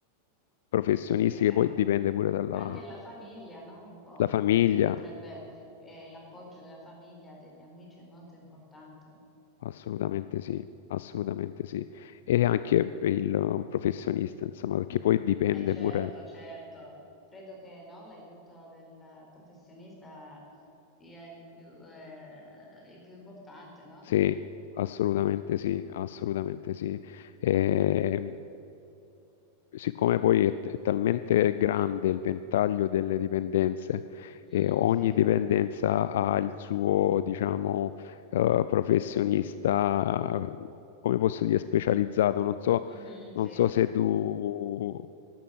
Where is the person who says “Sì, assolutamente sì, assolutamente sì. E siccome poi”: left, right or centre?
Left